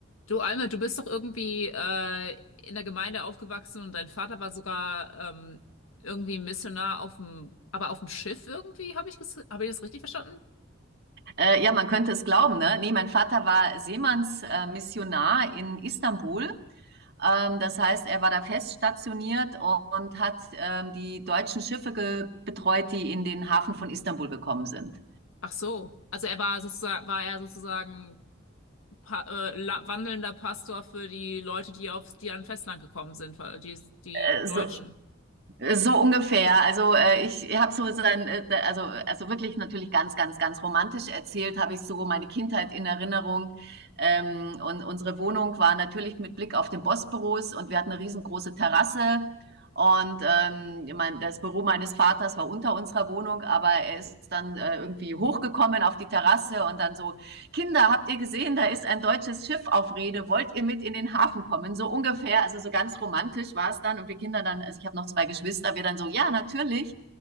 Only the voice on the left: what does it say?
Du, Alma, du bist doch irgendwie äh, in der Gemeinde aufgewachsen und dein Vater war sogar ähm, irgendwie Missionar auf dem, aber auf dem Schiff irgendwie, habe ich, ges- hab ich das richtig verstanden?
Ach so, also er war sozusagen, war er sozusagen pa äh, la- wandelnder Pastor für die Leute, die auf, die an Festland gekommen sind, weil die, die
Deutschen.